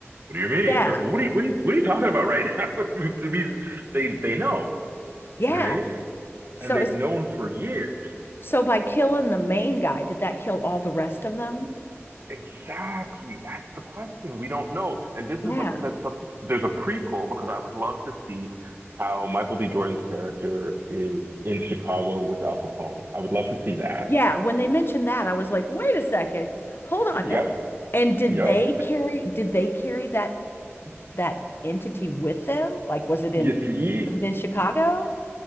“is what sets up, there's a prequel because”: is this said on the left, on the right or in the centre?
Right